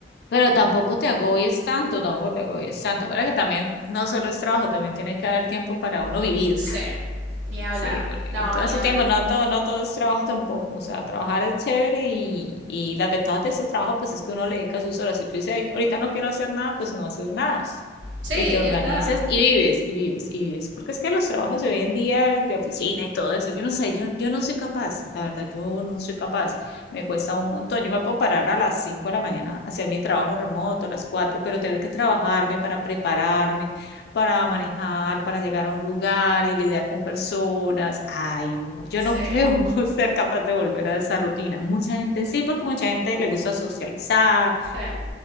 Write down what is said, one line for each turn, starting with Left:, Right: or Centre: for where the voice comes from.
Left: Pero tampoco te agobies tanto, tampoco te agobies tanto. Ahora que también no solo es trabajo, también tiene que haber tiempo para uno
Right: <laughs>
Left: vivir.
Right: sí, ni hablar,
Left: Sí,
Right: no,
Left: y todo
Right: ni
Left: en su
Right: hablar,
Left: tiempo, no todo, no todo es trabajo tampoco. O sea, trabajar es chévere y, y la ventajas de ese trabajo, pues es que uno le dedica sus horas. Si tú dices, "Ay, ahorita no quiero hacer nada, pues no haces nada.
Right: sí,
Left: Y te
Right: ni
Left: organizas
Right: hablar,
Left: y vives, y vives, y vives. Porque es que los trabajos de hoy en día, de oficina y todo eso, yo no sé, yo, yo no soy capaz, la verdad, yo no soy capaz. Me cuesta un montón. Yo me puedo parar a las 5 de la mañana, hacer mi trabajo remoto, a las 4 pero tener que trabajarme para prepararme para manejar, para llegar a un lugar y lidiar con personas. Ay, no, yo
Right: sí,
Left: no creo <laughs> ser capaz de volver a esa rutina. Mucha gente sí, porque mucha gente le gusta socializar.
Right: sí.